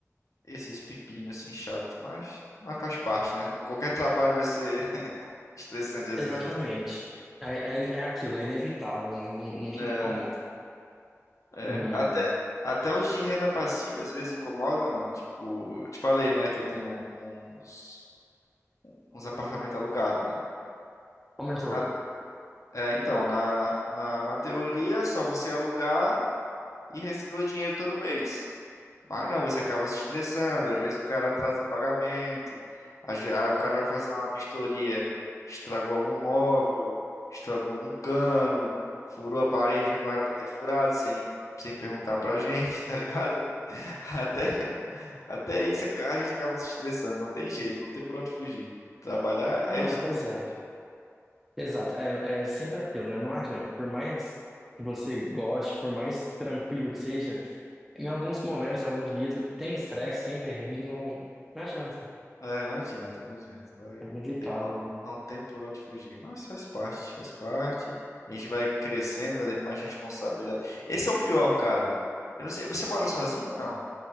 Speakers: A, on the left (about 75°); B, in the centre.
A: esses pepinos assim chato, mas, mas faz parte, né? Qualquer trabalho vai ser <laughs> estressante às
B: Exatamente.
A: vezes.
B: É, é, é aquilo, é inevitável, né? Não, não tem
A: É,
B: como
A: é.
B: não,
A: Até, até os de renda passiva às vezes incomodam, mano. Tipo, eu te falei, né, que eu tenho uns, uns apartamentos alugados, né?
B: Aumentou.
A: Na- é, então, na, na, na teoria é só você alugar e receber o dinheiro todo mês. Mas não, você acaba se estressando, às vezes o cara atrasa pagamento, às ve- aí o cara vai fazer uma vistoria, estragou algum móvel, estragou algum cano, furou a parede onde não era pra ter furado, sem, sem perguntar pra gente, <laughs> tá ligado? Até, até isso a gente acaba se estressando, não tem jeito, não tem por onde fugir. Trabalhar
B: Ah,
A: é
B: não,
A: estressante.
B: pois é. Exato. É, é sempre aquilo, né? Não adianta. Por mais que você goste, por mais tranquilo que seja, em alguns momentos, em alguns dias, tem estresse, tem perrengue, não, não adianta.
A: É, não adianta, não adianta, vai,
B: É inevitável,
A: não tem, não,
B: né?
A: não tem por onde fugir, mas faz parte, faz parte. A gente vai crescendo, vai tendo mais responsabilidade. Esse é o pior, cara. Eu não sei, você mora sozinho ou não?